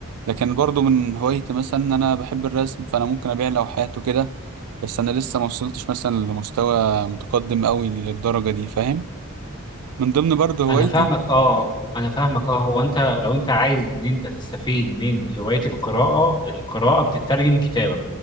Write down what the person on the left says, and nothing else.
انا فاهمك اه انا فاهمك اه هو انت لو انت عايز ان انت تستفيد من هوايه القراءه القراءه بتترجم كتابه